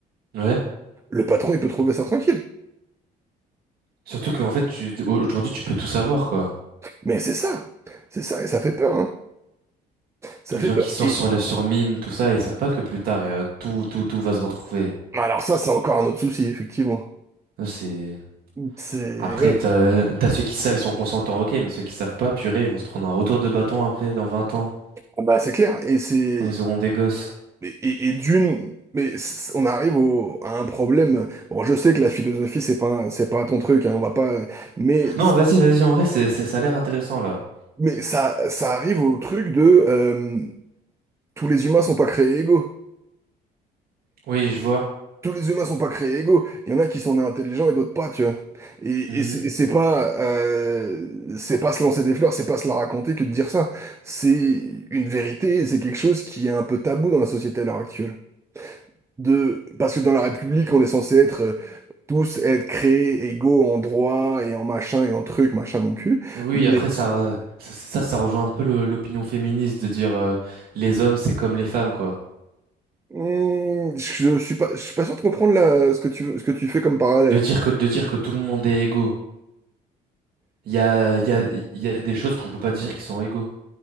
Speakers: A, on the right (about 60°); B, on the right (about 15°).
A: Ouais.
B: le patron, il peut trouver ça tranquille.
A: Surtout qu'en fait, tu, aujourd'hui, tu peux tout savoir, quoi.
B: Mais c'est ça, c'est ça, et ça fait peur, hein. Ça
A: Les
B: fait
A: gens
B: peur.
A: qui sont
B: Et
A: sur les sur Mime, tout ça, ils savent pas que plus tard, euh, tout, tout, tout va se retrouver.
B: alors ça, c'est encore un autre souci, effectivement.
A: Non, C'est...
B: C'est
A: Après,
B: ouais.
A: t'as, t'as ceux qui savent, ils sont consentants, ok, mais ceux qui savent pas, purée, ils vont se prendre un retour de bâton après, dans 20 ans,
B: Ah bah c'est clair. Et c'est
A: quand ils auront des gosses.
B: et, et- et d'une, mais c'est- on arrive au, à un problème. Bon, je sais que la philosophie, c'est pas c'est pas ton truc, hein, on va pas. Mais
A: Non, vas-y, vas-y, en vrai, c'est, c'est- ça a l'air intéressant, là.
B: mais ça ça arrive au truc de euh, tous les humains sont pas créés égaux.
A: Oui, je vois.
B: tous les humains sont pas créés égaux. Il y en a qui sont nés intelligents et d'autres pas, tu vois. Et,
A: Mhm.
B: et c'est et c'est pas, euh, c'est pas se lancer des fleurs, c'est pas se la raconter que de dire ça. C'est une vérité, et c'est quelque chose qui est un peu tabou dans la société à l'heure actuelle. De, parce que dans la République, on est censé être euh, tous être créés égaux en droit et en machin et en truc, machin mon cul.
A: Oui,
B: Mais
A: après, ça, euh, ça, ça, ça rejoint un peu le- l'opinion féministe de dire euh, les hommes, c'est comme les femmes, quoi.
B: hum, je, je suis pas, je suis pas sûr de comprendre la- ce que tu, ce que tu fais comme parallèle.
A: De dire que, de dire que tout le monde est égaux. Il y a, il y a, il y a des choses qu'on peut pas dire qui sont égaux,